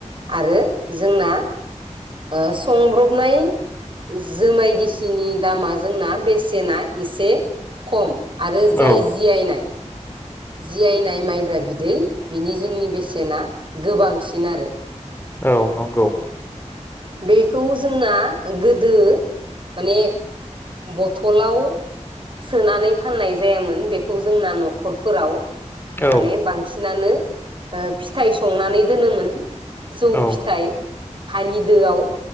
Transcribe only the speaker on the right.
आरो जोंना ओ संब्रबनाय जोमाय गिसिनि दामा जोंना बेसेना एसे खम आरो जाय
जियायनाय जियायनाय माइब्रा बिदै बिनि जोंनि बेसेना गोबांसिन आरो
बेखौ जोंना गोदो माने बथलाव सोनानै फाननाय जायामोन बेखौ जोंना न'खरफोराव
माने बां। सिनानो फिथाइ संनानै दोनोमोन जौ
फिथाइ हानि दोआव